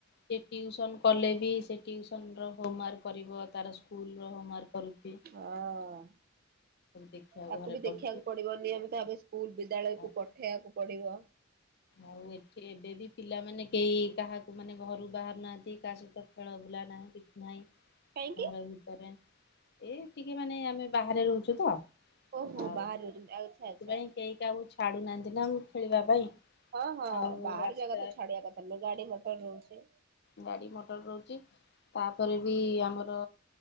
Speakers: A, on the left; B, on the right.
A: ସେ ଟିଉସନ କଲେ ବି ସେ ଟିଉସନ ର ହୋମ ୱାର୍କ କରିବ ତାର ସ୍କୁଲ ର ହୋମ ୱାର୍କ କରୁଚି।
B: ହଁ।
A: ଦେଖିବାକୁ
B: ତାକୁ
A: ଘରେ
B: ବି
A: ପଡୁଛି
B: ଦେଖିବାକୁ ପଡିବ ନିୟମିତ ଭାବେ ସ୍କୁଲ ବିଦ୍ୟାଳୟକୁ
A: ଆଉ
B: ପଠେଇବାକୁ ପଡିବ।
A: ଆଉ ଏଠି ଏବେ ବି ପିଲାମାନେ କେହି କାହାକୁ ମାନେ ଘରୁ ବାହାରୁ ନାହାନ୍ତି। କାହା ସହିତ ଖେଳ ବୁଲା ନାହିଁ କି ନାଇଁ
B: କାହିଁକି
A: ଘର ଭିତରେ ଏ ଟିକେ ମାନେ ଆମେ ବାହାରେ ରହୁଚୁ ଚୁତ
B: ଓହୋ
A: ଆଉ
B: ବାହାରେ
A: ସେଥିପାଇଁ
B: ରହୁଛନ୍ତି ଆଚ୍ଛା ଆଚ୍ଛା
A: କେହି କାହାକୁ ଛାଡୁ ନାହାନ୍ତି ନା ମୁଁ ଖେଳିବା ପାଇଁ।
B: ହଁ ହଁ
A: ଆଉ
B: ବାହାର
A: ରାସ୍ତା
B: ଜାଗା ତ ଛାଡିବା କଥା ନୁହଁ ଗାଡି ମଟର ରହୁଚି।
A: ଗାଡ଼ି ମଟର ରହୁଚି ତାପରେ ବି ଆମର